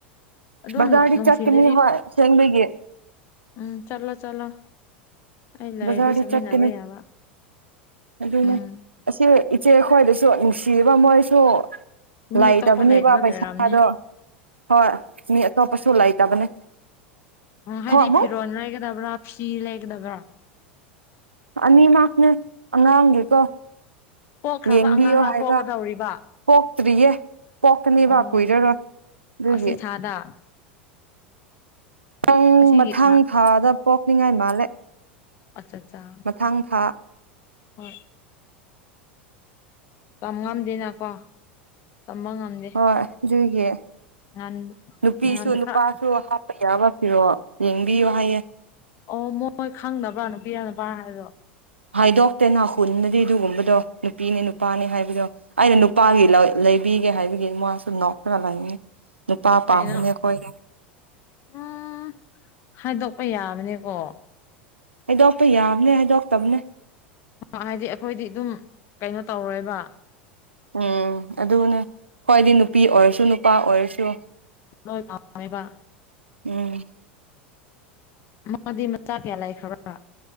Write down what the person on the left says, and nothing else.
ꯑꯗꯨꯝ
ꯅꯨꯡꯊꯤꯟꯗꯗꯤ
ꯎꯝ ꯆꯠꯂꯣ ꯆꯂꯣ ꯑꯩ ꯂꯩꯔꯗꯤ
ꯆꯠꯃꯤꯟꯅꯕ
ꯌꯥꯕ
ꯎꯝ
ꯃꯤ
ꯑꯇꯣꯞꯄ ꯂꯩꯇꯕꯒꯤ
ꯑꯣꯏꯔꯝꯅꯤ
ꯑꯝ ꯍꯥꯏꯗꯤ
ꯐꯤꯔꯣꯟ ꯂꯩꯒꯗꯕ꯭ꯔꯥ ꯐꯤ ꯂꯩꯒꯗꯕ꯭ꯔꯥ
ꯄꯣꯛꯈ꯭ꯔꯕ
ꯑꯉꯥꯡꯂꯥ
ꯄꯣꯛꯀꯗꯧꯔꯤꯕ
ꯑꯣ
ꯑꯁꯤ ꯊꯥꯗ
ꯑꯁꯤꯒꯤ
ꯊꯥ
ꯑꯠꯆꯥ ꯆꯥ
ꯍꯣꯏ ꯇꯝ ꯉꯝꯗꯦꯅꯀꯣ ꯇꯝꯕ ꯉꯝꯗꯦ
ꯉꯥꯟ
ꯉꯥꯟ
ꯈꯔ
ꯑꯣ ꯃꯣꯏ ꯈꯪꯗꯕ꯭ꯔ ꯅꯨꯄꯤꯔ ꯅꯨꯄꯥꯥꯔ ꯍꯥꯏꯗꯣ
ꯀꯩꯅꯣ
ꯎꯝ ꯍꯥꯏꯗꯣꯛꯄ ꯌꯥꯕꯅꯦꯀꯣ
ꯍꯥꯏꯗꯤ ꯑꯩꯈꯣꯏꯗꯤ ꯑꯗꯨꯝ ꯀꯩꯅꯣ ꯇꯧꯔꯣꯏꯕ
ꯂꯣꯢ ꯄꯥꯃꯦꯕ
ꯃꯥꯗꯤ ꯃꯆꯥ ꯀꯌꯥ ꯂꯩꯈ꯭ꯔꯥꯕ